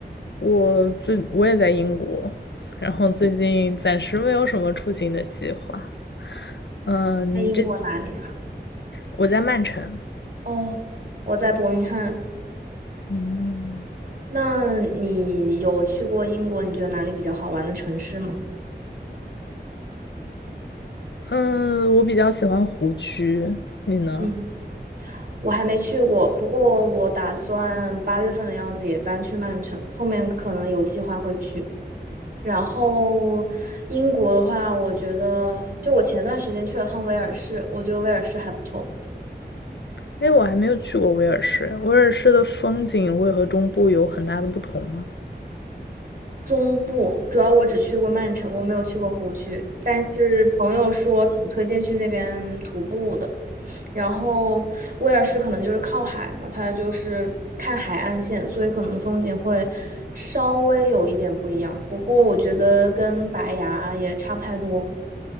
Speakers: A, on the left; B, on the right.
A: 我最我也在英国，然后最近暂时没有什么出行的计划。嗯，
B: 在英国哪里啊？
A: 你这我在曼城。
B: 哦，我在伯明翰。
A: 嗯
B: 那你有去过英国？你觉得哪里比较好玩的城市吗？
A: 嗯，我比较喜欢湖区，你呢？
B: 嗯，我还没去过，不过我打算八月份的样子也搬去曼城，后面可能有计划会去。然后英国的话，我觉得就我前段时间去了趟威尔士，我觉得威尔士还不错。
A: 哎，我还没有去过威尔士，威尔士的风景会和中部有很大的不同吗？
B: 中部主要我只去过曼城，我没有去过湖区，但是朋友说挺推荐去那边徒步的。然后威尔士可能就是靠海嘛，它就是看海岸线，所以可能风景会稍微有一点不一样。不过我觉得跟白崖也差不太多，